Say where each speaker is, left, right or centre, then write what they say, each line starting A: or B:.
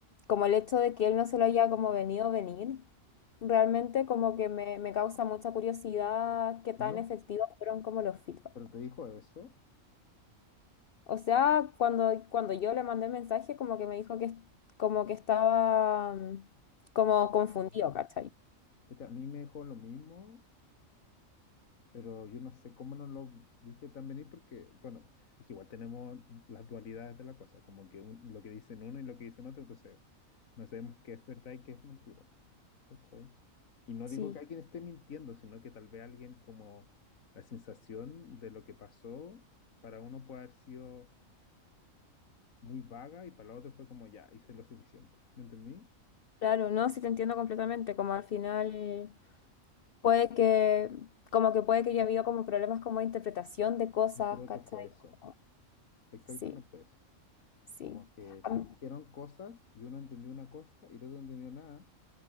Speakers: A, on the left; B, on the left.
A: como el hecho de que él no se lo haya como venido a venir, realmente como que me, me causa mucha curiosidad qué tan
B: No,
A: efectivos fueron como los feedback.
B: pero te dijo eso.
A: O sea, cuando, cuando yo le mandé el mensaje, como que me dijo que es- como que estaba mm, como
B: un poco.
A: confundido,
B: complicado.
A: ¿cachai?
B: Pucha, a mí me dejó lo mismo. Pero yo no sé cómo no lo viste tan venir porque, bueno, es que igual tenemos las dualidades de la cosa, como que un- lo que dicen uno y lo que dicen otro, entonces no sabemos qué es verdad y qué es mentira, po, ¿cachai? Y no
A: Sí.
B: digo que alguien esté mintiendo, sino que tal vez alguien como la sensación de lo que pasó para uno puede haber sido muy vaga y para la otro fue como ya, hice lo suficiente, ¿me entendí?
A: Claro, no, sí te entiendo completamente, como al final. puede que, como que puede que yo había como problemas como de interpretación de cosas,
B: Yo creo
A: ¿cachai?
B: que fue eso,
A: Como-
B: exactamente
A: Sí,
B: eso.
A: sí.
B: Como que
A: A
B: se
A: mí-
B: dijeron cosas y uno entendió una cosa y el otro no entendió nada.